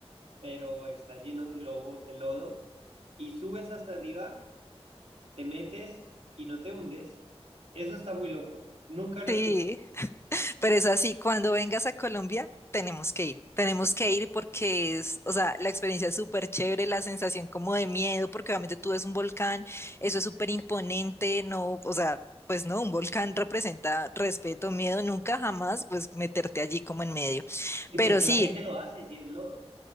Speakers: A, on the right; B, on the left.
A: pero está lleno de lobo, de lodo y subes hasta arriba, te metes y no te hundes. Eso está muy loco. Nunca lo
B: Sí.
A: escuché.
B: Pero es así, cuando vengas a Colombia, tenemos que ir. Tenemos que ir porque es, o sea, la experiencia es súper chévere, la sensación como de miedo, porque obviamente tú ves un volcán, eso es súper imponente, no, o sea, pues no, un volcán representa respeto, miedo, nunca jamás, pues meterte allí como en medio.
A: ¿Y
B: Pero
A: por qué
B: sí,
A: la gente lo hace si es lodo?